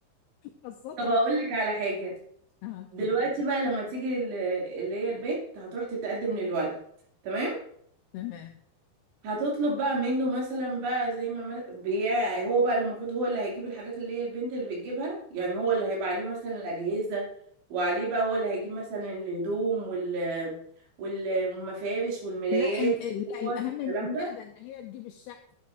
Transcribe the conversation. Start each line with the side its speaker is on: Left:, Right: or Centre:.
Left: خاصه
Right: طب
Left: أمه.
Right: هقول لك على حاجة
Left: اه اتفضل
Right: دلوقتي بقى لما تيجي ال- اللي هي البنت هتروح تتقدم للولد تمام
Left: تمام
Right: هتطلب بقى منه مثلا بقى زي ما ما- بيع هو بقى اللي المفروض هو اللي هيجيب الحاجات اللي هي البنت اللي بتجيبها يعني هو اللي هيبقى عليه مثلا الأجهزة وعليه بقى هو اللي هيجيب مثلا الهدوم وال والمفارش والملايات
Left: لا ال-
Right: والكور
Left: لا الاهم
Right: والكلام
Left: من
Right: ده
Left: كده ان هي تجيب الشقه